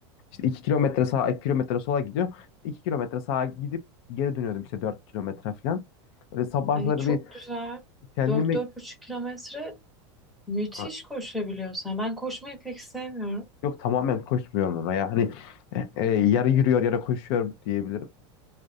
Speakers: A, on the left; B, in the centre.
A: işte 2 kilometre sağa 2 kilometre sola gidiyorum. 2 kilometre sağa gidip geri dönüyordum işte 4 kilometre falan. Böyle sabahları
B: Ay, çok
A: bir
B: güzel.
A: kendimi
B: Dört dört 45 kilometre müthiş
A: Ha,
B: koşabiliyorsan. Ben koşmayı pek sevmiyorum.
A: yok tamamen koşmuyorum ama ya hani e, e, yarı yürüyor yarı koşuyor diyebilirim.